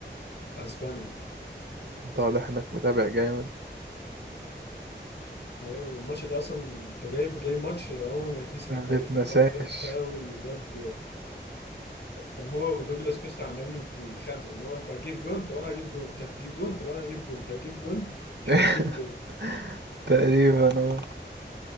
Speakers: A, on the left; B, on the right.
A: أسبانيا
B: انت واضح انك متابع جامد
A: ايوه الماتش ده اصلا انت جايب جاي ماتش عمره ما يتنسي في
B: ما
A: التاريخ
B: بتنساش
A: لان هو جاب فاول وجاب كان هو ودوجلاس كوستا عمالين يت- يتخانقوا اللي هو انت هتجيب جون طب انا هجيب جون انت هتجيب جون طب انا هجيب جون انت هتجيب جون شغالين
B: <laughs>
A: كده
B: تقريبا اه